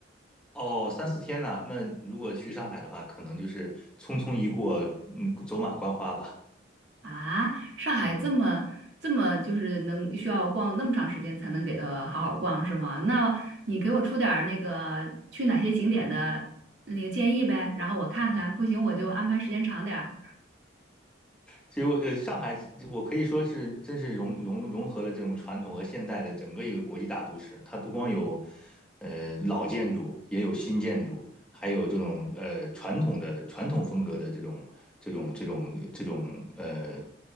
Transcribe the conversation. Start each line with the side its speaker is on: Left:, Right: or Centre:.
Centre: 哦，三四天呢、那如果去上海的话，可能就是匆匆一过，嗯，走马观花吧。
Right: 啊，上海这么这么就是能需要逛那么长时间才能给它好好逛是吗？
Centre: 嗯
Right: 那你给我出点儿那个去哪些景点的那个建议呗，然后我看看，
Centre: 嗯。
Right: 不行我就安排时间长点儿。
Centre: 其实我呃，上海我可以说是真是融融融合了这种传统和现代的整个一个国际大都市。它不光有呃老建筑，也有新建筑，还有这种呃传统的传统风格的这种这种这种这种呃